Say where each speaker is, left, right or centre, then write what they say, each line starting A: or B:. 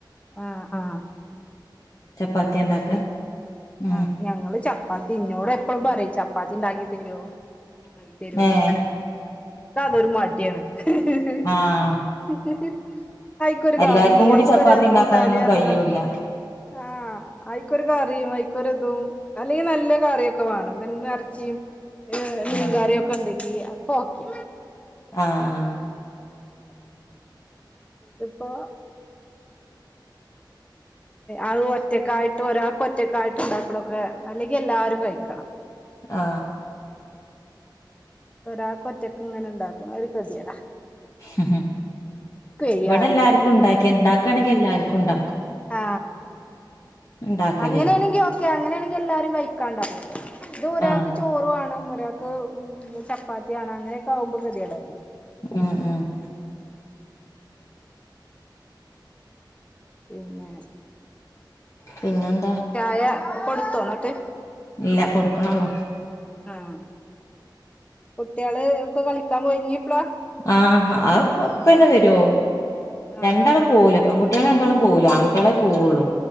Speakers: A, on the left (about 15°); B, on the left (about 45°).
A: ആ ആ
B: ചപ്പാത്തിയാ
A: അങ്ങനെണ്ടാക്കി
B: ഇണ്ടാക്കാ ഉം
A: ആ ഞങ്ങളും ചപ്പാത്തി ചപ്പാത്തി ഇന്നോട് എപ്പളും പറിം ചപ്പാത്തി ഇണ്ടാക്കി തരോ ക്കി തെരോയ്ച്ചും
B: ഏഹ്
A: ഇക്കതൊരു മടിയാണ് ഹ്
B: ആഹ്
A: ഹ് സ് അയിക്കൊരു
B: എല്ലാർക്കും
A: കറി
B: കൂടി
A: അയിക്കൊരു
B: ചപ്പാത്തി ഉണ്ടാക്കാനൊന്നും
A: കൂട്ടാന് പറിഞ്ഞാണ്ട്
B: കഴിയൂല്ല
A: ആ അയിക്കൊരു കറി അയി ര്തും അല്ലെങ്കിൽ നല്ല കറിയൊക്കെ വേണംപിന്നെ ഇറച്ചി ഏ മീൻ
B: ആഹ്
A: കറിയൊക്കെ ഉണ്ടെങ്കിൽ അപ്പം ഓക്കെ
B: ആ ആ
A: ഇത്പ്പോ അത് ഒറ്റക്കായിട്ട് ഒരാൾക്ക് ഒറ്റക്കായിട്ട് ഇണ്ടാക്ക്‌ണക്കെ അല്ലെങ്കി എല്ലാരും കഴിക്കണം
B: ആ
A: ഒരാക്ക്‌ ഒറ്റക്ങ്ങനെ ഇണ്ടാക്കണം അതൊരു കെതിയെടാ
B: ഉ
A: വയ്യ
B: ഇവിടെ
A: പറയും
B: എല്ലാർക്കും ഉണ്ടാക്കി ഉണ്ടാക്കയാണെങ്കിൽ എല്ലാർക്കും ഉണ്ട
A: ആ
B: ഉണ്ടാക്കലില്ല
A: അങ്ങനെയാണെങ്കിൽ ഓക്കെ അങ്ങനെ എല്ലാരും കൈക്കണ്ടാവോ ഇത് ഒരാൾക്ക്
B: ആഹ്
A: ചോറ് വേണം മറ്റേ ഒരാക്ക് ചപ്പാത്തി ആണ് അങ്ങനെയൊക്കെ ആകുമ്പോ കെതിയെടല്ലേ
B: ഉം ഉം
A: പിന്നെ
B: പിന്നെന്താ
A: ചായ കൊടുത്തോ ന്നിട്ട്
B: ഇല്ലാ കൊടുക്ക്‌ന്നൊള്ളു
A: ഉം കുട്ട്യേള് ഒക്കെ കളിക്കാ പോയി ഇനി എപ്പളാ
B: ആഹ ആ അപ്പന്നെ വരുല്ലോ
A: ആഹ്
B: രണ്ടാള് പോവുല പെൺ കുട്ട്യേള് രണ്ടാളും പോകുല ആൺകുട്ട്യേളെ പോവൊള്ളൂ